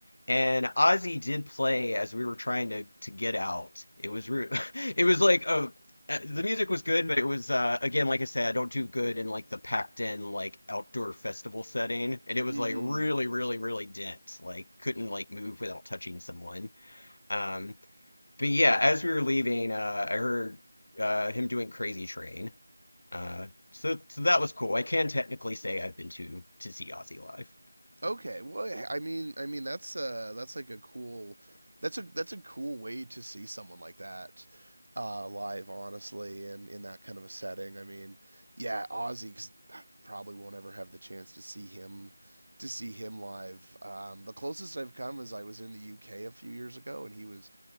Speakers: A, on the left; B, on the right.
A: and Ozzy did play as we were trying to to get out. It was re <laughs> it was like a uh, the music was good, but it was uh again like I said, I don't do good in like the packed in like outdoor festival setting, and it was
B: Mhm.
A: like really really really dense, like couldn't like move without touching someone. Um, but yeah, as we were leaving, uh, I heard uh, him doing Crazy Train. Uh, so so that was cool. I can technically say I've been to to see Ozzy live.
B: Okay, well, yeah, I mean, I mean that's uh that's like a cool that's a that's a cool way to see someone like that uh live honestly and in that kind of a setting. I mean, yeah, Ozzy 'cause I probably won't ever have the chance to see him to see him live. Um the closest I've come is I was in the UK a few years ago and he was